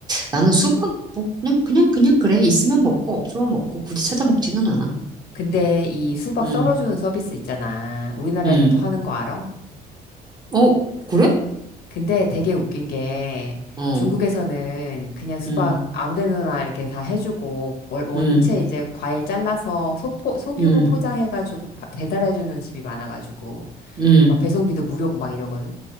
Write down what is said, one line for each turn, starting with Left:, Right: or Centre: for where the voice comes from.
Right: 나는 수박, 뭐, 그냥, 그냥, 그냥 그래. 있으면 먹고, 없으면 먹고, 굳이 찾아 먹지는 않아.
Left: 근데 이 수박
Right: 음,
Left: 썰어주는 서비스 있잖아. 우리나라에서도
Right: 음.
Left: 하는 거 알아?
Right: 어, 그래?
Left: 근데 되게 웃긴 게
Right: 어,
Left: 중국에서는 그냥 수박
Right: 음,
Left: 아무 데나 이렇게 다 해주고 월- 원체
Right: 음,
Left: 이제 과일 잘라서 소포, 소규모
Right: 음,
Left: 포장해가지고 바- 배달해주는 집이 많아가지고
Right: 음,
Left: 막 배송비도 무료고 막 이러거든.